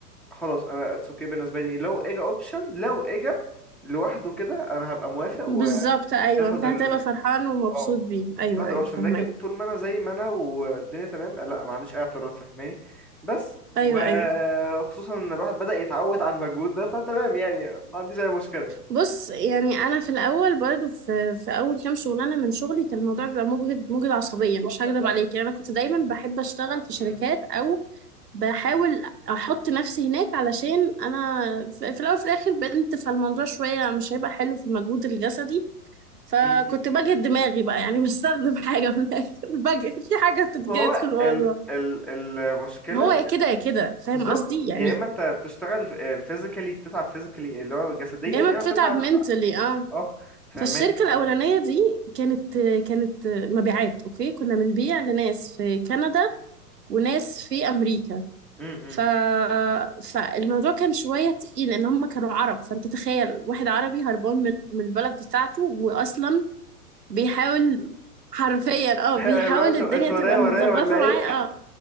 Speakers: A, in the centre; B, on the right (about 80°).
A: خلاص انا اتس اوكي بالنسبه لي لو اجا اوبشن لو اجا لوحده كده انا هبقى موافق
B: بالظبط
A: وهاخد
B: أيوة أنت هتبقى
A: ال
B: فرحان ومبسوط
A: اه
B: بيه أيوة
A: هاخد
B: أيوة
A: الاوبشن
B: فهماك
A: لكن طول ما انا زي ما انا والدنيا تمام لا ما عنديش اي اعتراض فاهماني بس
B: أيوة
A: وخصوصا
B: أيوة
A: ان الواحد بدأ يتعود على المجهود ده فتمام يعني ما عنديش اي مشكله
B: بص يعني انا في الاول برضو في في اول كام شغلانه من شغلي كان الموضوع بيبقى مجهد مجهد عصبيا مش هكدب عليك يعني انا كنت دايما بحب اشتغل في شركات
A: مم.
B: او بحاول
A: مم.
B: احط نفسي هناك علشان انا في في الاول في الاخر بنت فالموضوع شويه مش هيبقى حلو في المجهود الجسدي فكنت
A: مم. مم. مم.
B: بجهد دماغي بقى يعني <laughs> بستخدم حاجه من الاخر <laughs> بجهد في حاجه بتتجهد
A: ما هو
B: في الموضوع
A: ال ال المشكله
B: هو يا كده يا كده فاهم
A: بالظبط
B: قصدي يعني
A: يا اما انت بتشتغل فيزيكالي بتتعب فيزيكالي اللي هو جسديا
B: يا اما
A: يا
B: بتتعب
A: اما بتتعب
B: منتلي اه
A: اه فاهماني
B: فالشركة
A: ف
B: الأولانية دي كانت كانت مبيعات أوكي كنا بنبيع لناس في كندا وناس في أمريكا
A: م-
B: ف...
A: م.
B: فالموضوع كان شوية تقيل لأن هم كانوا عرب فأنت تخيل واحد عربي هربان من من البلد بتاعته وأصلا بيحاول حرفيا اه
A: <laughs>
B: بيحاول
A: اللي هو انتوا
B: الدنيا
A: انتوا
B: تبقى
A: ورايا ورايا
B: متظبطة
A: ولا ايه
B: معاه اه